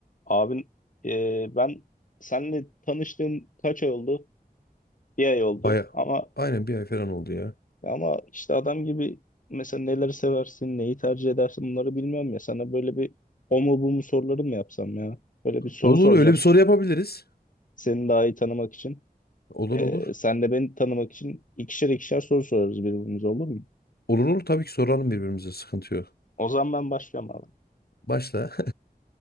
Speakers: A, on the left; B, on the left.
A: Abin e, ben seninle tanıştığım kaç ay oldu? Bir ay oldu.
B: Baya
A: Ama
B: aynen bir ay falan oldu ya.
A: ama işte adam gibi mesela neleri seversin, neyi tercih edersin bunları bilmiyorum ya. Sana böyle bir o mu bu mu soruları mı yapsam ya? Böyle bir soru
B: Olur
A: soracağım.
B: öyle bir soru yapabiliriz.
A: Seni daha iyi tanımak için.
B: Olur
A: E,
B: olur.
A: sen de beni tanımak için ikişer ikişer soru sorarız birbirimize olur mu?
B: Olur olur tabii ki soralım birbirimize sıkıntı yok.
A: O zaman ben başlıyorum abi.
B: Başla